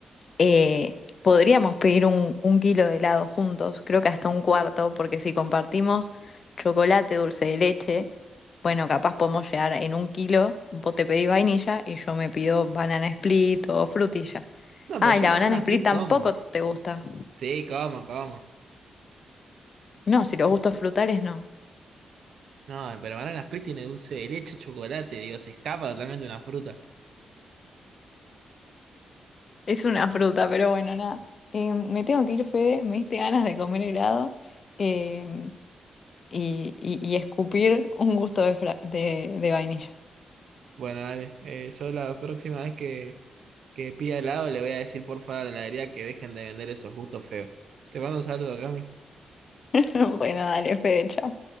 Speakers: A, on the left; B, on the right.
A: Eh, podríamos pedir un, un kilo de helado juntos, creo que hasta un cuarto, porque si compartimos chocolate, dulce de leche, bueno, capaz podemos llegar en un kilo, vos te pedís vainilla y yo me pido banana split o frutilla.
B: No,
A: Ah,
B: pero yo
A: y la
B: nada,
A: banana split
B: split
A: tampoco
B: como.
A: te gusta.
B: Sí, como, como.
A: No, si los gustos frutales no.
B: No, pero banana split tiene dulce de leche, chocolate, digo, se escapa totalmente una fruta.
A: Es una fruta, pero bueno, nada. Eh, me tengo que ir, Fede. Me diste ganas de comer helado eh, y, y- y escupir un gusto de, fra- de, de vainilla.
B: Bueno, dale, eh, yo la próxima vez que, que pida helado le voy a decir por favor a la heladería que dejen de vender esos gustos feos. Te mando un saludo, Cami.
A: <laughs> Bueno, dale, Fede, chao.